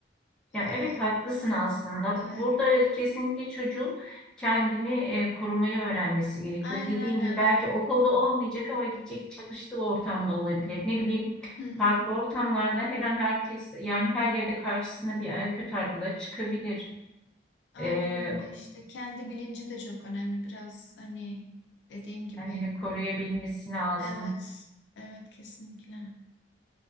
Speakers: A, on the left; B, in the centre.
A: Ee,
B: Ya evet haklısın aslında.
A: evet.
B: Burada kesinlikle çocuğun kendini e, korumayı öğrenmesi gerekiyor.
A: Aynen
B: Dediğin
A: aynen.
B: gibi belki okulda olmayacak ama gidecek çalıştığı ortamda olabilir. Ne bileyim
A: Hı hı.
B: farklı ortamlarda her an herkes yani her yerde karşısına bir e, kötü arkadaş çıkabilir.
A: Aynen
B: E,
A: öyle işte. Kendi bilinci de çok önemli. Biraz hani dediğim gibi.
B: kendini koruyabilmesi lazım.
A: Evet. Evet kesinlikle.